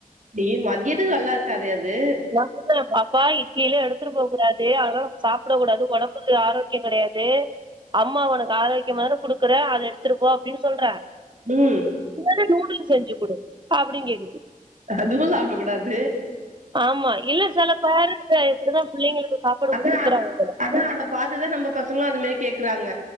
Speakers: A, on the right (about 60°); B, on the right (about 35°).
A: டி மதியத்துக்கு நல்லாருக்காதே அது
B: நா சொல்டே பாப்பா இட்லிலா எடுத்துட்டு போக கூடாது அதல்லா நமக்கு சாப்டக் கூடாது ஒடம்புக்கு ஆரோ க்கியோ கெடையாது அம்மா ஒனக்கு ஆரோக்கியமா தான குடுக்குறே அத எடுத்துட்டு போ அப்டின்னு சொல்றே
A: ம்
B: நீ வேனா நூடுல்ஸ் செஞ்சு குடு அப்டிங்கிது
A: அதுவு சாப்ட கூடாது
B: ஆமா இல்ல சில பேர்ன்டு இப்டிதா பிள்ளைங்களுக்கு சாப்பாடு
A: அப்பறோ
B: குடுக்குறாங்க
A: அது அதா பாத்துதா நம்ம பசங்களு அது மாரி கேக்குறாங்க